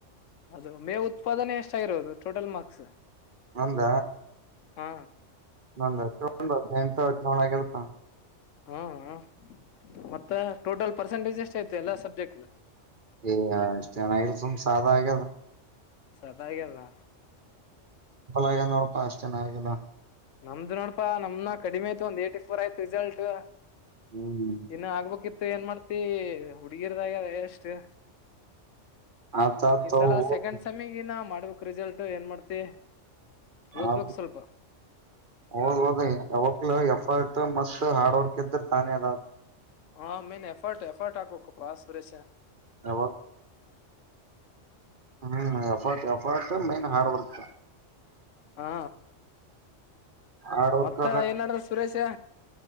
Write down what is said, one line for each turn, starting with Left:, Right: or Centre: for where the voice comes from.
Left: ಅದು ಮೇ ಉತ್ಪಾದನೆ ಎಷ್ಟಾಗಿರೋದು ಟೋಟಲ್ ಮಾರ್ಕ್ಸ್
Right: ನಂದ
Left: ಹ್ಮ
Right: ನ ಚ ನಂತ ನೋಾಗಲ್ಪ್ಪ
Left: ಹ್ಮ್ ಮತ್ತೆ ಟೋಟಲ್ ಪರ್ಸೆಂಟೇಜ್ ಎಷ್ಟ ಐತೆ ಎಲ್ಲ ಸಬ್ಜೆಕ್ಟ್
Right: ಏಯ ಇಷ್ಟು ಜನ ಇಲ್ ಸುಮ್ ಸಾದ ಆಗ್ಯದ
Left: ಸದಾಗಲ್ಲ <inaudible>
Right: ಆಗ್ಯಾನ ನೋಡಪಾ ಅಷ್ಟೇನ ಆಗಿಲ್ಲ.
Left: ನಮ್ದ ನೋಡಪಾ ನಮ್ನ ಕಡಿಮೀ ಐತಿ ಒಂದ ಏಟಿ ಫೋರ್ ಆಯತ ರಿಸಲ್ಟ್.
Right: ಹ್ಮ್
Left: ದನ್ನ ಆಗ್ಬೇಕಿತ್ತು ಮ ಏನ್ ಮಾಡ್ತಿ ಹುಡುಗಿರ್ದಾಗ ಎಷ್ಟು
Right: ಆತ ಆತ
Left: ಈಸಲ
Right: ಓದ್
Left: ಸೆಕೆಂಡ್ ಸಮಿಗಿನ ಮಾಡ್ಬೇಕು ರಿಸಲ್ಟ್ ಏನ್ ಮಾಡ್ತಿ
Right: ಹ
Left: ಓದ್ಬೇಕ್ ಸ್ವಲ್ಪ
Right: ಹೌದ ಹೌದಲ ತು ಮಸ್ತ್ ಹಾರ್ಡ್ ವರ್ಕ್ ಇದ್ದ್ರೆ ತಾನೇ ಅದ
Left: ಹಾ ಮೇನ್ ಎಫರ್ಟ್ ಎಫರ್ಟ್ ಆೋಖೂಪ ಆಾಸುರೆಸ
Right: ಯ ಹ್ಮಫ ಎಫ ಮೈನ್ ಹಾರ್ರ್ <inaudible>
Left: ಹ್ಞಾ.
Right: ಆರ್ ವರ್ಕರ್
Left: ಮತ್ತ ಏನ ನಡದತ ಸುರೇಶ